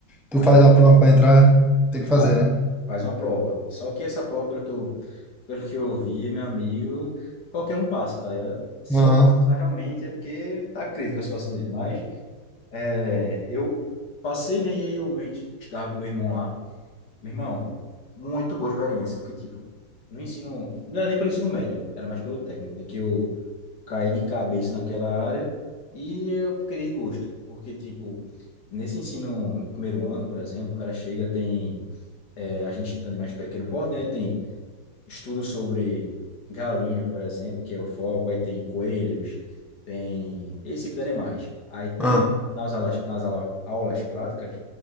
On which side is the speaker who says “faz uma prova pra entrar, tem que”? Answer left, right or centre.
Centre